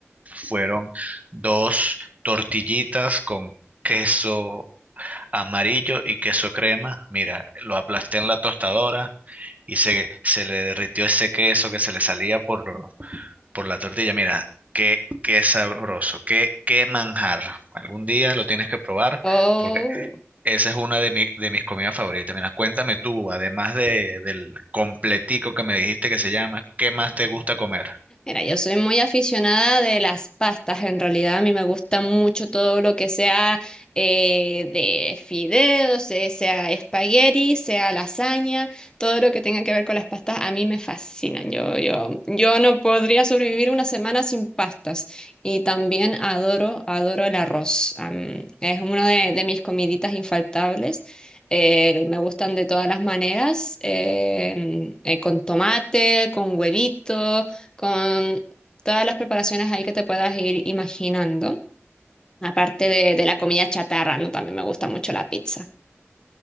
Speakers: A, on the right; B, on the left.
A: Fueron dos tortillitas con queso amarillo y queso crema. Mira, lo aplasté en la tostadora y se, se le derritió ese queso que se le salía por, por la tortilla. Mira, qué, qué sabroso, qué, qué manjar. Algún día lo tienes que probar
B: Oh.
A: porque esa es una de, mi- de mis comidas favoritas. Mira, cuéntame tú, además de, del completico que me dijiste que se llama, ¿qué más te gusta comer?
B: Mira, yo soy muy aficionada de las pastas, en realidad a mí me gusta mucho todo lo que sea eh, de fideos, eh, sea espagueti, sea lasaña, todo lo que tenga que ver con las pastas a mí me fascinan. Yo, yo, yo no podría sobrevivir una semana sin pastas y también adoro, adoro el arroz. Am, es una de, de mis comiditas infaltables. Eh, me gustan de todas las maneras, em, eh, con tomate, con huevito con todas las preparaciones ahí que te puedas ir imaginando, aparte de, de la comida chatarra, ¿no? También me gusta mucho la pizza.